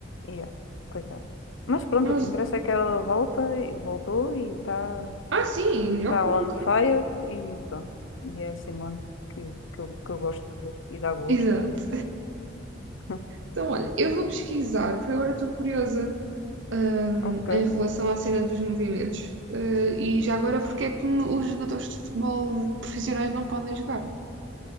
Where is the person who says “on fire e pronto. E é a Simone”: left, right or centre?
Left